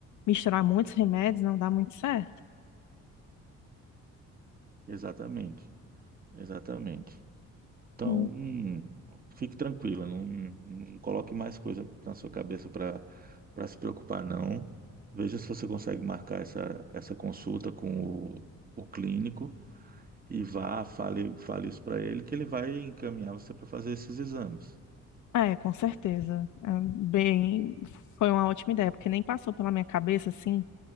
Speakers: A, on the left; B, on the right.
A: misturar muitos remédios não dá muito certo.
B: exatamente, exatamente. Então,
A: Hum.
B: hum, fique tranquila, não, não coloque mais coisa na sua cabeça para para se preocupar, não. Veja se você consegue marcar essa, essa consulta com o, o clínico e vá, fale, fale isso para ele, que ele vai encaminhar você para fazer esses exames.
A: É, com certeza. É, bem, foi uma ótima ideia, porque nem passou pela minha cabeça assim